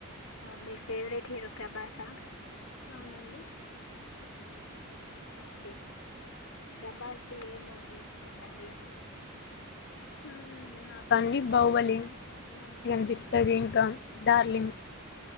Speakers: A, on the left (about 70°); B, on the left (about 50°).
A: ఓ మీ ఫేవరెట్ హీరో ప్రభాసా
B: అవునండి
A: ఓకే ప్రభాస్ ది ఏ మూవీ ఇష్టం అండి
B: ఆ నాకా అండి బాహుబలి మంచిగా అనిపిస్తుంది ఇంకా డార్లింగ్